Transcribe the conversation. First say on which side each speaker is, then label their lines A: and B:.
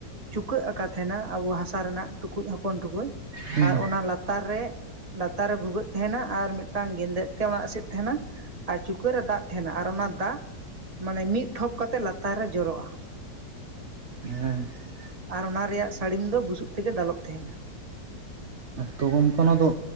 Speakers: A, on the right (about 25°); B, on the right (about 50°).
A: ᱪᱩᱠᱟᱹᱜ ᱟᱠᱟ ᱛᱟᱦᱮᱱᱟ ᱟᱵᱩ ᱦᱟᱥᱟ ᱨᱮᱱᱟᱜ ᱴᱩᱠᱩᱡ ᱦᱚᱯᱚᱱ ᱴᱩᱠᱩᱡ
B: ᱦᱩᱸ
A: ᱟᱨ ᱚᱱᱟ ᱞᱟᱛᱼ ᱼᱛᱟᱨ ᱨᱮ ᱞᱟᱛᱟᱨ ᱨᱮ ᱵᱷᱩᱜᱟᱹᱜ ᱛᱟᱦᱮᱱᱟ ᱟᱨ ᱢᱤᱫᱴᱟᱝ ᱜᱮᱸᱫᱮᱜ ᱛᱮ ᱚᱱᱟ ᱮᱥᱮᱫ ᱛᱟᱦᱮᱱᱟ ᱟᱨ ᱪᱩᱠᱟᱹ ᱨᱮ ᱫᱟᱜ ᱛᱟᱦᱮᱱᱟ ᱟᱨ ᱚᱱᱟ ᱫᱟᱜ ᱢᱟᱱᱮ ᱢᱤᱫ ᱴᱷᱚᱯ ᱠᱟᱛᱮᱜ ᱞᱟᱛᱟᱨ ᱨᱮ ᱡᱚᱨᱚᱜᱼᱟ ᱾
B: <unintelligible>
A: ᱟᱨ ᱚᱱᱟ ᱨᱮᱭᱟᱜ ᱥᱟᱹᱲᱤᱢ ᱫᱚ ᱵᱩᱥᱩᱵ ᱛᱮᱜᱮ ᱫᱟᱞᱚᱵ ᱛᱟᱦᱮᱱᱟ ᱾
B: ᱛᱚ ᱜᱚᱢᱠᱮ ᱚᱱᱟ ᱫᱚ